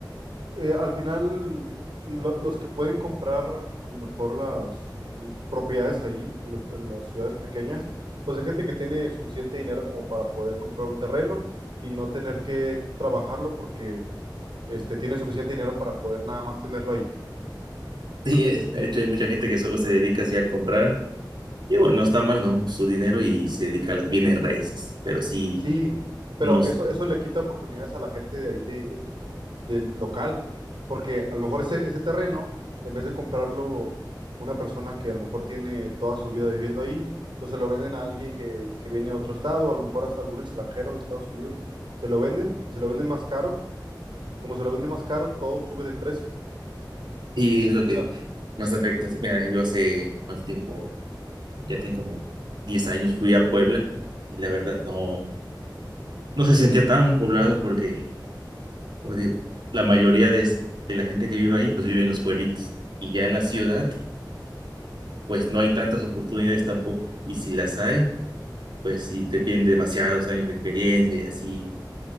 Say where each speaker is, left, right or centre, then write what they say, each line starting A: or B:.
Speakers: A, on the right; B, on the right.
A: eh, al final, lo- los que pueden comprar a lo mejor las mm, propiedades ahí, en, los- en las ciudades pequeñas, pues hay gente que tiene suficiente dinero como para poder comprar un terreno y no tener que trabajarlo porque este, tiene suficiente dinero para poder nada más tenerlo ahí.
B: Sí, eh, de hecho hay mucha gente que solo se dedica así a comprar Y bueno, no está mal, ¿no? Su dinero y se dedica a las bienes raíces, pero sí,
A: Sí,
B: nos,
A: pero eso, eso le quita oportunidades a la gente de ahí de, del local, porque a lo mejor ese, ese terreno, en vez de comprarlo una persona que a lo mejor tiene toda su vida viviendo ahí, pues se lo venden a alguien que, que viene de otro estado, a lo mejor hasta algún extranjero de Estados Unidos, se lo venden y se lo venden más caro, y como se lo venden más caro, todo sube de precio.
B: sí es lo que
A: Y a-
B: más afecta. Mira, yo hace cuánto tiempo, ya tengo como 10 años, fui a Puebla y la verdad no, no se sentía tan poblado porque, como digo, la mayoría de, es- de la gente que vive ahí, pues vive en los pueblitos. Y ya en la ciudad, pues no hay tantas oportunidades tampoco. Y si las hay, pues sí te piden demasiados años de experiencia y así.